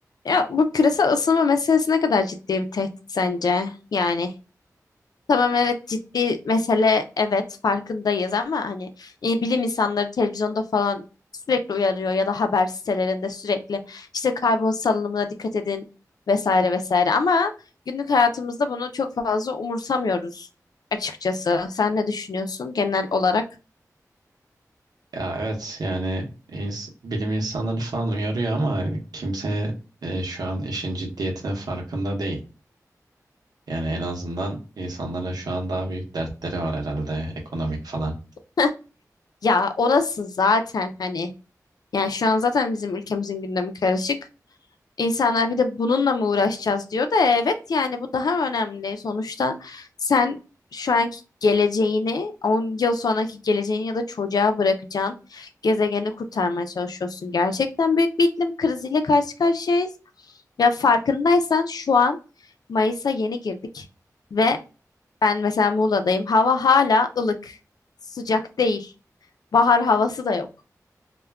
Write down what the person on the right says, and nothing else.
Ya evet yani ins- bilim insanları falan uyarıyor ama kimse e, şu an işin ciddiyetine farkında değil. Yani en azından insanlara şu an daha büyük dertleri var herhalde ekonomik falan.